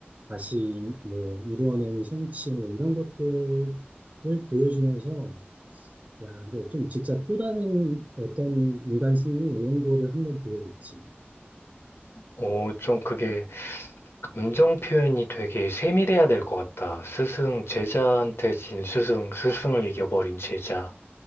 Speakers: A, on the right; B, on the left.
A: 다시 뭐 이루어낸 성취 뭐 이런 것들을 보여주면서 야, 이거 좀 진짜 또 다른 어떤 인간 승리 이런 거를 한번 보여줬지.
B: 어, 좀 그게 감정 표현이 되게 세밀해야 될 것 같다. 스승, 제자한테 진 스승, 스승을 이겨버린 제자.